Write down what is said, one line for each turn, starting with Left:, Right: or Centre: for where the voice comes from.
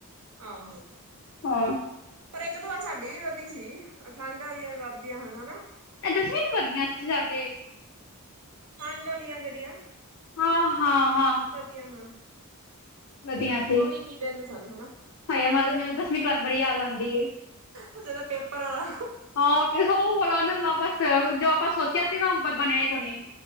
Right: ਆਹੋ
Left: ਹਾਂ
Right: ਪਰ ਇੱਕ ਦੋ ਵਾਰ ਸਾਡੀ ਵੀ ਵਧੀ ਸੀ ਠੰਡ ਵਾਲਆ ਵੀ ਵੱਧਦੀਆਂ ਹਨ ਹਨਾ
Left: ਇਹ ਦਸਵੀਂ ਚ ਵਧੀਆ ਸੀ ਸਾਡੇ
Right: ਠੰਡ ਵਾਲੀਆਂ ਜਿਹੜੀਆਂ
Left: ਹਾਂ ਹਾਂ, ਹਾਂ।
Right: ਉਹ ਵੀ ਵਧੀਆ ਹਨ
Left: ਵਧੀਆ ਸੀ
Right: ਉਹ ਵੀ ਕੀ ਦਿਨ ਸਨ ਹਨਾ
Left: ਹਾਏ ਮੈਨੂੰ ਦਸਵੀਂ ਕਲਾਸ ਬੜੀ ਯਾਦ ਆਂਦੀ ਐ।
Right: ਉਹ ਜਦੋਂ ਪੇਪਰ ਵਾਲਾ।
Left: ਹਾਂ ਉਹ <unintelligible> ਜੋ ਆਪਾਂ ਸੋਚਿਆ ਸੀ ਨਾ ਬਣਿਆ ਈ ਕੋਣੀ